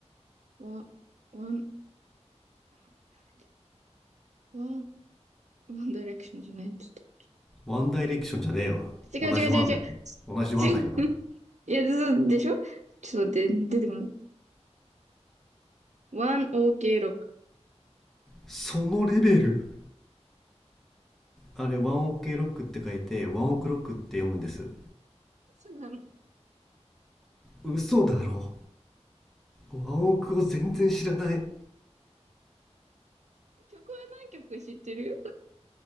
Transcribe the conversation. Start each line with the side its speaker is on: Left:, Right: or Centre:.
Right: ワン、ワン、違う、なんだっけ、ワン、ワンダイレクションじゃない、ちょっ
Centre: ワンダイレクションじゃねえわ。
Right: と、違う違う違う違う。
Centre: 同じワンだけど。同じワンだけどな。
Right: ちょいや、ずでしょちょっと待って、出てこない。ワン、オーケー、ロック。
Centre: そのレベルあれ、ワンオケロックって書いて、ワンオクロックって読むんです。
Right: そうなの。
Centre: 嘘だろ。ワンオクを全然知らない。
Right: 曲は何曲知ってるよ